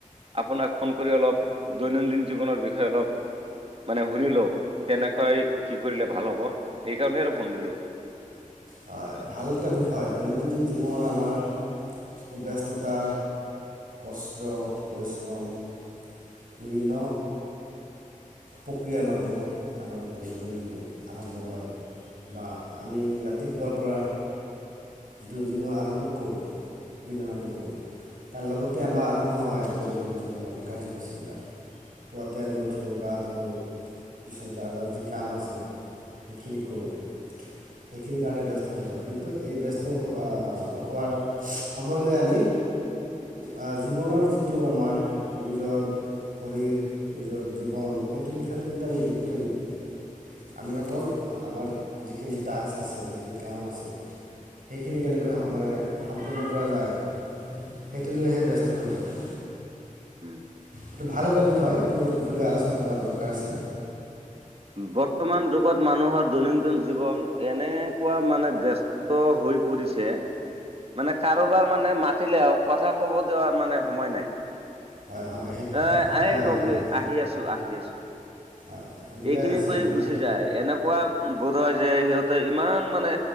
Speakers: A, on the right; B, on the right.
A: আপোনাক ফোন কৰি অলপ, দৈনন্দিন জীৱনৰ বিষয়ে অলপ মানে শুনিলো, কেনেকাই কি কৰিলে ভাল হ'ব, এই কাৰণেই আৰু ফোন দিলো। <inaudible>
B: হয় ভাল এটা বিষয়, দৈনন্দিন জীৱন আমাৰ ব্যস্ততা, কষ্ট, পৰিশ্ৰম বিভিন্ন প্ৰক্ৰিয়াৰ মাধ্যমত, আমাৰ দৈনন্দিন জীৱন আৰম্ভ হয়। বা আমি ৰাতিপুৱাৰ পৰা, যিটো জীৱন আৰম্ভ কৰোঁ বিনা আৰম্ভ কৰোঁ তাৰ লগতে আমাৰ আৰম্ভ হয় দৈনন্দিন জীৱনৰ কাৰ্যসূচীবিলাক, পুৱাতে আমি উঠো গা ধো, পিছত যাৰ-যাৰ যি কাম আছে সেইখিনি কৰোঁ। সেইখিনিৰ কাৰণে ব্যস্ত হৈ যাওঁ, কিন্তু এই ব্যস্ত হোৱা-হোৱাৰ সময়লৈ আমি আহ, জীৱনৰ যিটো আমাৰ নিজৰ শৰীৰ, নিজৰ জীৱন, এইটো বিষয়ত কিন্তু আমি গুৰুত্ব নিদিওঁ। আমি অকল আমাৰ যিখিনি টাস্ক আছে যিখিনি কাম আছে সেইখিনি কেনেকৈ মানে সম্পূৰ্ণ কৰা যায় সেইটো লৈহে ব্যস্ত হৈ থাকোঁ।
A: উম,
B: এইটো ভাল এটা বিষয়, এইটো বিষয় লৈ আলোচনা কৰা দৰকাৰ আছে।
A: বৰ্তমান যুগত মানুহৰ দৈনন্দিন জীৱন, এনেকুৱা মানে ব্যস্ত হৈ পৰিছে মানে কাৰোবাৰ মানে মাতিলে, আৰু কথা ক'ব দিয়া মানে সময় নাই।
B: হয় হয় সেই
A: এ
B: হয়
A: এই
B: হয়
A: ৰবি
B: হয়
A: আহি আছো আহি আছো।
B: হয় এনেকুৱাই
A: এইখিনি
B: হৈছে
A: কৰি
B: মানে
A: গুচি যায়, এনেকুৱা বোধ হয় যে, সিহঁতে ইমান মানে